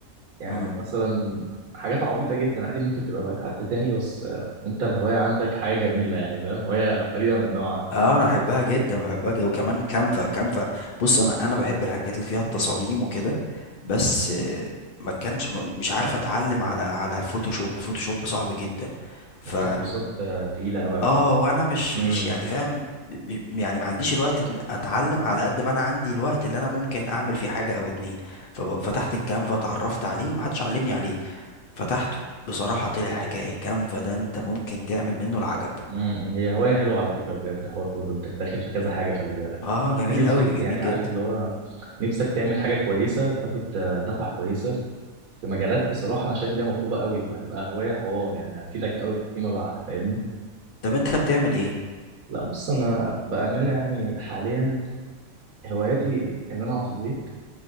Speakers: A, on the right (about 90°); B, on the left (about 55°).
A: يعني
B: مم.
A: مثلا حاجات عبيطة جدا عادي ممكن تبقى هوايات حد تاني بس آه، انت الهواية عندك حاجة جميلة يعني فاهم هواية فريدة من نوعها
B: اه انا بحبها جدا بحبها جدا وكمان كانفا كانفا بص انا انا بحب الحاجات اللي فيها التصاميم وكده بس آه، ما كانش ما- مش عارف اتعلم على على فوتوشوب الفوتوشوب صعب جدا ف
A: محتاج كورسات آه، تقيلة قوي على
B: اه
A: فكرة
B: وانا مش
A: امم
B: مش يعني فاهم م- م- يعني ما عنديش الوقت إن اتعلم على قد ما انا عندي الوقت اللي انا ممكن اعمل فيه حاجه او اتنين ففتحت الكانفا اتعرفت عليه ومحدش علمني عليه فتحته بصراحه طلع حكايه كانفا ده انت ممكن تعمل منه العجب
A: امم هي هواية حلوة على فكرة بجد حوار برضه انت داخل في كذا حاجة خلي بالك
B: اه
A: انت
B: جميل
A: نفسك
B: قوي جميل
A: يعني عارف
B: جدا
A: اللي هو نفسك تعمل حاجة كويسة وتاخد آه، دفعة كويسة في مجالات بصراحة انا شايف ان هي مطلوبة قوي فهتبقى هواية حوار يعني هتفيدك قوي فيما بعد فاهمني
B: طب انت بتعمل ايه
A: لا بص انا بأمانة يعني حاليا هواياتي ان انا اقعد في البيت